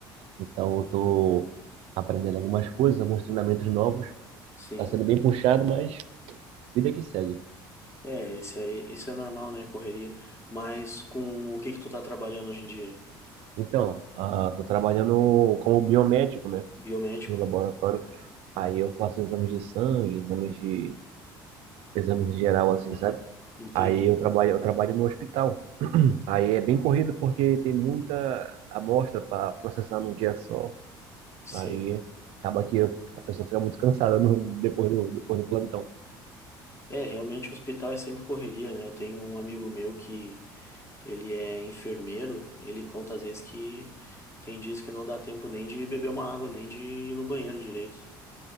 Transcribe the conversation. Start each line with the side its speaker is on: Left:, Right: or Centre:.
Right: Então, eu tô aprendendo algumas coisas, alguns treinamentos novos.
Left: Sim.
Right: Tá sendo bem puxado, mas vida que segue.
Left: É, isso aí, isso é normal, né, correria. Mas com o que que tu tá trabalhando hoje em dia?
Right: Então, ah, tô trabalhando como biomédico, né,
Left: Biomédico?
Right: no laboratório. Aí eu faço exames de sangue, exames de exames em geral assim, sabe?
Left: Entendi.
Right: Aí eu trabalho, eu trabalho no hospital. Aí é bem corrido porque tem muita amostra para processar num dia só.
Left: Sim.
Right: Aí acaba que eu- a pessoa fica muito cansada no- depois do, depois do plantão.
Left: É, realmente o hospital é sempre correria, né? Eu tenho um amigo meu que ele é enfermeiro, ele conta às vezes que tem dias que não dá tempo nem de beber uma água, nem de ir no banheiro direito.